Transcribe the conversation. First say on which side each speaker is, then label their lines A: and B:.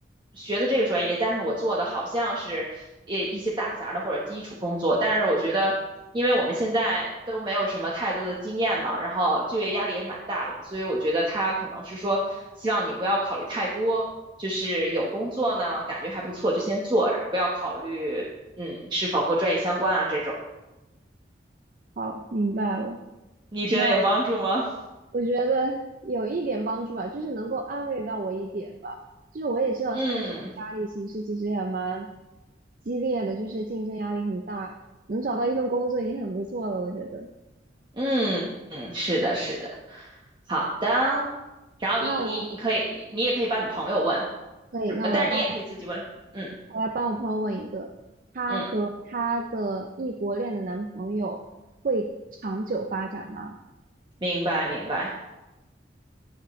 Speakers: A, on the right (about 25°); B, on the right (about 50°).
A: 学的这个专业，但是我做的好像是也一些打杂的或者基础工作，但是我觉得。因为我们现在都没有什么太多的经验嘛，然后就业压力也蛮大的嘛，所以我觉得他可能是说，希望你不要考虑太多，就是有工作呢，感觉还不错就先做着，不要考虑，嗯，是否和专业相关啊这种。
B: 好，明白了。
A: 你觉得有帮助吗？
B: 那我觉得有一点帮助吧，就是能够安慰到我一点吧。就是我也知道现在这个压力形势其实也蛮
A: <laughs> 嗯
B: 激烈的，就是竞争压力很大，能找到一份工作已经很不错了，我觉得。
A: 嗯嗯，是的，是的，好的。然后你你你可以，
B: 那我
A: 你也可以帮你朋友问。
B: 可以，那我来帮我，
A: 呃但你也可以自己问。嗯
B: 我来帮我朋友问一个，她和她的异国恋的男朋友会长久发展吗？
A: 嗯，明白明白。